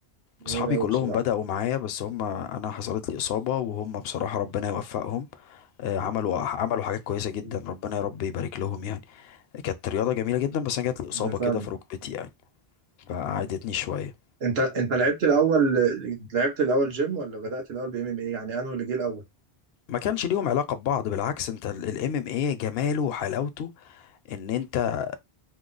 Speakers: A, on the right; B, on the left.
A: جامد
B: اصحابي
A: قوي
B: كلهم
A: بصراحة
B: بدأوا معايا بس هم انا حصلت لي اصابة وهم بصراحة ربنا يوفقهم آه، عملوا عملوا حاجات كويسة جدا
A: مم.
B: ربنا يا رب يبارك لهم يعني كانت رياضة جميلة جدا بس انا جات لي إصابة
A: انا فاهم
B: كده في ركبتي يعني فقعدتني شوية
A: انت انت لعبت الاول لعبت الاول جيم ولا بدأت الاول بام ام ايه يعني انه اللي جه الاول
B: ما كانش ليهم علاقة ببعض بالعكس انت الام ام ايه جماله وحلاوته ان انت